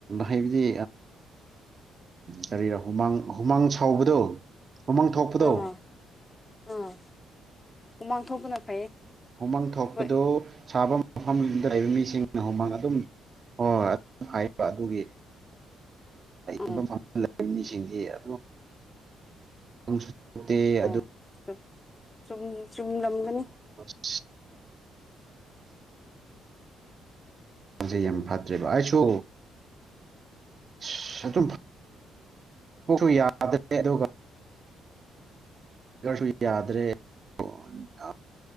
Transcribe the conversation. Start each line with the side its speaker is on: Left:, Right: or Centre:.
Right: ꯍꯥꯏꯕꯗꯤ ꯀꯔꯤꯔ ꯍꯨꯃꯥꯡ ꯍꯨꯃꯥꯡ ꯁꯥꯎꯕꯗꯣ ꯃꯃꯥꯡ ꯊꯣꯛꯄꯗꯧ
Left: ꯑꯥ ꯑꯥ ꯎꯃꯥꯡ ꯊꯣꯛꯄꯅ ꯐꯩꯌꯦ
Right: ꯍꯨꯃꯪ ꯊꯣꯛꯄꯗꯨ
Left: ꯍꯣꯏ
Right: ꯁꯥꯐꯝ ꯑꯍꯝ ꯂꯩꯕ ꯃꯤꯁꯤꯡꯅ ꯍꯨꯃꯥꯡ ꯑꯗꯨꯝ ꯑꯣ ꯍꯥꯏꯕ ꯑꯗꯨꯒꯤ
Left: ꯎꯝ
Right: ꯏꯕ ꯐꯪ ꯂꯩꯕ ꯃꯤꯁꯤꯡꯁꯤ ꯑ ꯅꯠꯇꯦ
Left: ꯑꯣ
Right: ꯑꯗꯨ
Left: ꯆꯨꯝ ꯆꯨꯝꯂꯝꯝꯒꯅꯤ
Right: <inaudible> ꯁꯦ
Left: ꯎꯝ
Right: ꯌꯥꯝ ꯐꯠꯇ꯭ꯔꯦꯕ ꯑꯩꯁꯨ ꯁ ꯁ ꯑꯗꯨꯝ ꯁꯨ ꯌꯥꯗ꯭ꯔꯦ ꯑꯗꯨꯒ <unintelligible>